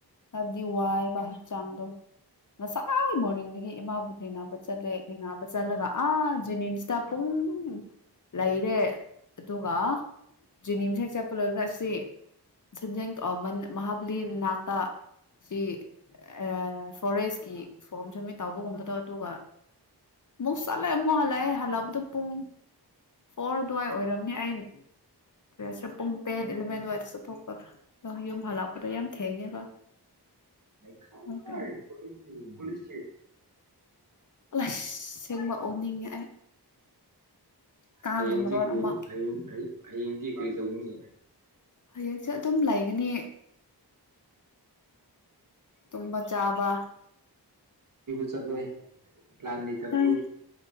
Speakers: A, on the left (about 50°); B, on the right (about 50°).
A: ꯑꯗꯤ ꯋꯥ ꯍꯔ ꯆꯥꯡꯂ ꯃꯁꯉ ꯃꯣꯅꯤꯡꯗꯤ ꯑꯩꯒꯤ ꯏꯃꯥꯕꯨ ꯊꯦꯡꯅꯕ ꯆꯠꯂꯦ ꯊꯦꯡꯅꯕ ꯆꯠꯂꯒ ꯑꯥ ꯖꯤꯅꯤꯝꯁꯇ ꯄꯨꯡ ꯂꯩꯥꯏꯔꯦ ꯑꯗꯨꯒ ꯖꯦꯅꯤꯝꯁ ꯍꯛꯆ ꯄꯨꯜꯂꯔꯒ ꯑꯁꯤ ꯁꯟꯖ ꯃ ꯃꯥꯕꯂꯤ ꯅꯥꯇꯥꯁꯤ ꯑ ꯐꯣꯔꯦꯁꯀꯤ ꯐꯣꯔꯝ ꯁꯔꯃꯤꯠ ꯇꯥꯎꯧꯕꯒꯨꯝꯕꯗꯣ ꯑꯗꯨꯒ ꯃꯨ ꯆꯜꯦ ꯃ ꯍꯜꯂꯥꯏ ꯍꯂꯕ ꯑꯗꯨꯝ ꯄꯨꯡ ꯐꯣꯔ ꯑꯗꯨꯋꯥꯏ ꯑꯣꯏꯔꯝꯅꯦ ꯑꯩ ꯄꯦꯁꯔ ꯄꯨꯡ ꯇꯦꯟ ꯏꯂꯚꯦꯟ ꯑꯗꯨꯋꯥꯏꯗ ꯆꯠꯊꯣꯛꯄꯗ ꯑꯗꯣ ꯌꯨꯝ ꯍꯜꯂꯛꯄꯗꯣ ꯌꯥꯝ ꯊꯦꯡꯉꯦꯕ
B: ꯈ
A: ꯑꯣꯀꯦ
B: ꯀꯣ ꯈꯁꯤꯦ
A: ꯑꯁ ꯁꯦꯡꯕ ꯑꯣꯟꯅꯤꯡꯉꯦ ꯑꯩ ꯀꯥꯡꯅ
B: ꯍꯌꯦꯡꯗꯤ
A: ꯃꯔꯣꯟ
B: ꯀ
A: ꯑꯃ
B: ꯍꯌꯦꯡ ꯍꯌꯦꯡꯗꯤ ꯀꯔꯤ ꯇꯧꯒꯅꯤ
A: ꯍꯌꯦꯡꯁꯦ ꯑꯗꯨꯝ ꯂꯩꯒꯅꯤ ꯇꯨꯝꯕ ꯆꯥꯕ
B: ꯆꯂ ꯂꯥꯜꯅꯤꯗꯕ꯭ꯔꯨ
A: ꯅꯪ